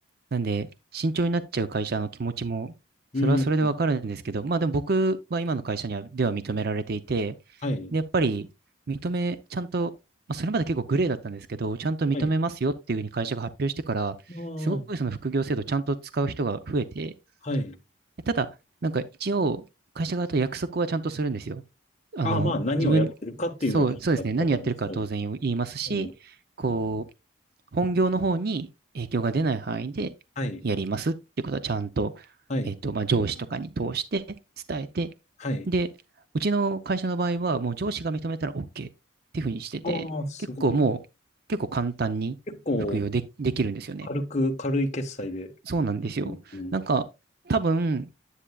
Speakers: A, on the right (about 50°); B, on the left (about 35°).
A: なんで、慎重になっちゃう会社の気持ちも、
B: うん、
A: それはそれでわかるんですけど、まあでも僕は今の会社には、では認められていて、
B: はい、
A: で、やっぱり認め、ちゃんと、まあ、それまで結構グレーだったんですけど、ちゃんと認めますよっていうふうに会社が発表してから、
B: はい。ああ、
A: すごいその副業制度をちゃんと使う人が増えて、
B: はい。
A: でただ、なんか一応、会社側と約束はちゃんとするんですよ。あの、
B: ああ、まあ、何をやってるかっていうのはちゃんと明らかにしろ。
A: 自分、そう、そうですね、何やってるかは当然言いますし、
B: うん
A: こう、本業の方に影響が出ない範囲でやりますっていうことはちゃんと、
B: はい、はい、
A: えっと、まあ、上司とかに通して伝えて、
B: はい。
A: で、うちの会社の場合は、もう上司が認めたら OK っていうふうにしてて、
B: ああ、すごい。
A: 結構もう、結構簡単に服用で、
B: 結構、
A: できるんですよね。
B: 軽く、軽い決済でや
A: そうなんですよ。
B: りますね。
A: なんか、多分、